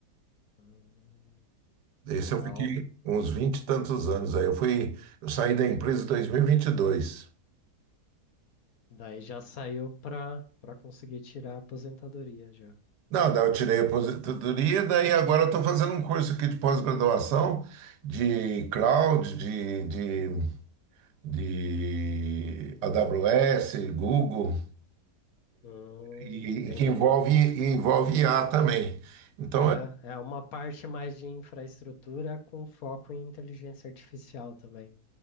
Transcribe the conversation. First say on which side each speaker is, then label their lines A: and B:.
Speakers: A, on the left; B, on the right.
A: Hum,
B: Esse
A: Legal.
B: eu fiquei uns 20 e tantos anos aí. Eu fui, eu saí da empresa em dois mil e e vinte e dois.
A: Daí já saiu para para conseguir tirar a aposentadoria já.
B: Não, daí eu tirei a aposentadoria, daí agora eu estou fazendo um curso aqui de pós-graduação de cloud, de, de, de AWS, Google,
A: Hum,
B: e,
A: entendi.
B: e que envolve, e envolve I a também. Então,
A: Aham,
B: é,
A: É uma parte mais de infraestrutura com foco em inteligência artificial também.